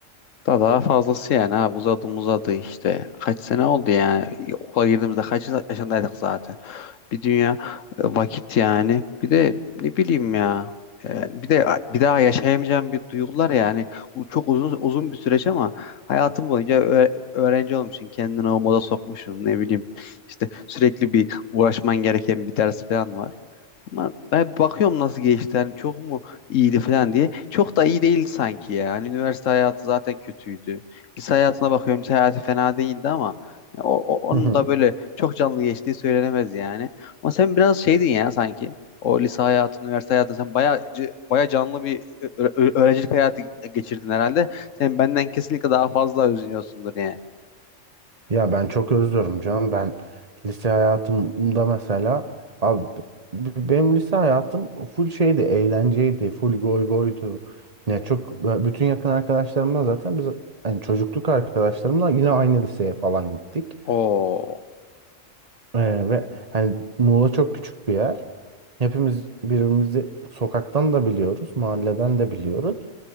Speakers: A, on the left (about 75°); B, on the right (about 35°).
A: Daha daha fazlası yani ha uzadı uzadı işte. Kaç sene oldu yani? Okula girdiğimizde kaç yaşındaydık zaten? bir dünya e, vakit yani. Bir de ne bileyim ya. Yani bir de bir daha yaşayamayacağım bir duygular yani. Bu Çok uzun uzun bir süreç ama hayatım boyunca öğ- öğrenci olmuşsun, kendini o moda sokmuşsun ne bileyim. İşte sürekli bir uğraşman gereken bir ders falan var. Ama ben bakıyorum nasıl geçti. Hani çok mu iyiydi falan diye. Çok da iyi değildi sanki ya. Hani üniversite hayatı zaten kötüydü. Lise hayatına bakıyorum. Lise hayatı fena değildi ama ya o, o- onun
B: <laughs>
A: da böyle çok canlı geçtiği söylenemez yani. Ama sen biraz şeydin ya sanki. O lise hayatı, üniversite hayatı sen baya baya canlı bir ö- ö- öğrencilik hayatı geçirdin herhalde. Sen benden kesinlikle daha fazla özlüyorsundur yani.
B: Ya ben çok özlüyorum canım. Ben lise hayatımda mesela abi b- benim lise hayatım full şeydi, eğlenceydi, full goy goydu. Ne çok bütün yakın arkadaşlarımla zaten biz hani çocukluk arkadaşlarımla yine aynı liseye falan gittik.
A: Oo.
B: Ee, ve hani Muğla çok küçük bir yer. Hepimiz birbirimizi sokaktan da biliyoruz, mahalleden de biliyoruz.